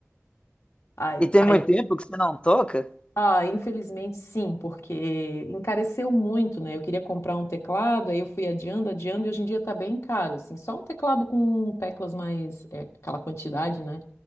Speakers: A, on the left; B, on the left.
A: Ai,
B: E tem muito
A: aí
B: tempo que você não toca?
A: Ah, infelizmente sim, porque encareceu muito, né? Eu queria comprar um teclado, aí eu fui adiando, adiando, e hoje em dia tá bem caro, assim. Só um teclado com teclas mais, é, aquela quantidade, né?